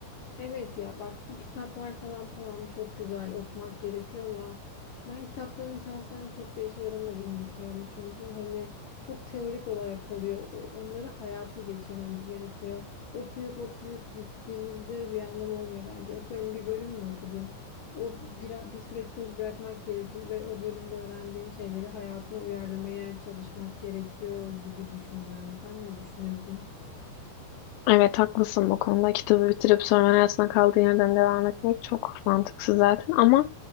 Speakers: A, on the left; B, on the left.
A: Evet ya bak bu kitaplar falan tamam çok güzel okumak gerekiyor ama ben kitapların şahsen çok da işe yaramadığını düşünüyorum. Çünkü hani çok teorik olarak kalıyor. O- Onları hayata geçirmemiz gerekiyor. Okuyup okuyup gittiğimizde bir anlamı olmuyor bence. Atıyorum bir bölüm mü okudun? O bir, bir süre kitabı bırakmak gerekiyor ve o bölümde öğrendiğin şeyleri hayatına uyarlamaya çalışmak gerekiyor gibi düşünüyorum. Sen ne düşünüyorsun?
B: Evet haklısın bu konuda. Kitabı bitirip sonra arasında kaldığı yerden devam etmek çok mantıksız zaten ama